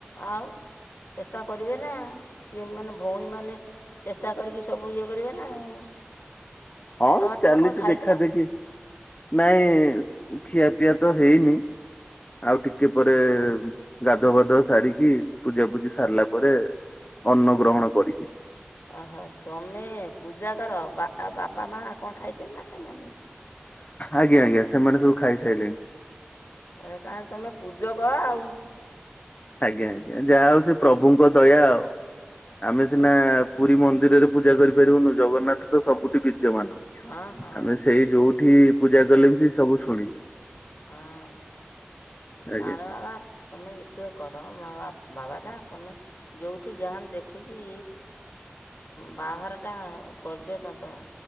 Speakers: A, on the left; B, on the left.
A: ଆଉ ଚେଷ୍ଟା କରିବେ ନା ସିଏ ମାନେ ଭଉଣୀମାନେ ଚେଷ୍ଟା କରିକି ସବୁ ଇଏ କରିବେ ନା ଆଉ।
B: ହଁ
A: ବାବା
B: ଚାଲିଛି
A: ତୁମେ କ'ଣ ଖାଇଥିଲ
B: ଦେଖା ଦେଖି। ନାଇଁ ଖିଆ ପିଆ ତ ହେଇନି ଆଉ ଟିକେ ପରେ ଗାଧୁଆପାଧୁଆ ସାରିକି ପୂଜାପୂଜି ସାରିଲା ପରେ ଅନ୍ନ
A: ହଁ
B: ଗ୍ରହଣ କରିବି।
A: ଓହୋ ତମେ ପୂଜା କର ବା ଆଉ ବାପା ମା କଣ ଖାଇଛନ୍ତି ନା? ଏଖ ନାଗ। <unintelligible>
B: ଆଜ୍ଞା ଆଜ୍ଞା ସେମାନେ ସବୁ ଖାଇସାରିଲେଣି।
A: ଆ ତାହେଲେ ତମେ ପୂଜକ ଆଉ।
B: ଆଜ୍ଞା ଆଜ୍ଞା ଯାହା ହଉ ସେ ପ୍ରଭୁଙ୍କ ଦୟା ଆଉ ଆମେ ସିନା ପୁରୀ ମନ୍ଦିରରେ ପୂଜା କରିପାରିବୁନୁ ଜଗନ୍ନାଥ ତ ସବୁଠି ବିଦ୍ୟମାନ।
A: ହଁ ହଁ
B: ଆମେ ସେଇ ଯୋଉଠି ପୂଜା କଲେ ବି ସେ ସବୁ ଶୁଣିବେ।
A: ହଁ
B: ଆଜ୍ଞା।
A: ନାରବା ବା ତମେ ଏତ <unintelligible> କର ମୋ ବା ବାବାଟା ତମେ ଯୋଉଠି ଯାହାନ ଦେଖିକି ବାହାରଟା କରିଦିଅ ଚଞ୍ଚଳ।